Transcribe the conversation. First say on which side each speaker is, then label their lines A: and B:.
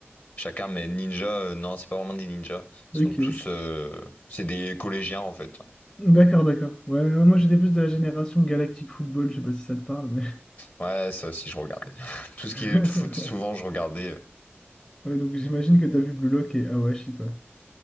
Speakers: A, on the left (about 45°); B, on the left (about 20°).
A: chacun, mais ninja, euh, non, c'est pas vraiment des ninjas. Ils
B: Ok.
A: sont tous, euh, c'est des collégiens en fait.
B: D'accord, d'accord. Ouais, ouais, moi j'étais plus de la génération Galactic Football, je sais pas si ça te parle, mais.
A: Ouais, ça aussi, je regardais. <laughs> Tout ce
B: <laughs>
A: qui est de foot, souvent, je regardais. euh,
B: Ouais, donc j'imagine que t'as vu Blue Lock et Awashi, quoi.